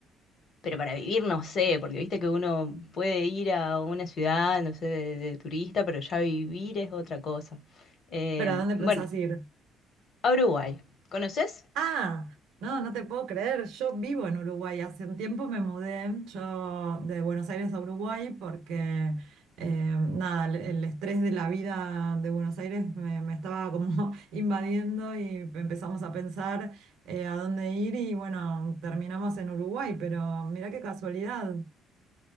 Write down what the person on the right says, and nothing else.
pero ¿a dónde pensás
ir?
Ah, no, no te puedo creer, yo vivo en Uruguay, hace un tiempo me mudé yo de Buenos Aires a Uruguay porque, eh, nada, el, el estrés de la vida de Buenos Aires me, me estaba como <laughs> invadiendo y empezamos a pensar eh, a dónde ir y bueno, terminamos en Uruguay, pero mirá qué casualidad,